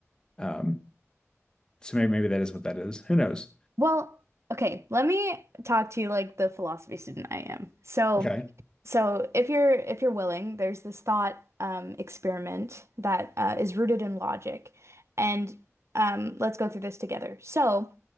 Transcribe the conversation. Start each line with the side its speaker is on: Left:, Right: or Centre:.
Left: Um, so maybe maybe that is what that is. Who knows?
Right: Well, okay, let me talk to you like the philosophy student I am. So
Left: Okay.
Right: so if you're if you're willing, there's this thought um, experiment that uh, is rooted in logic. And um, let's go through this together. So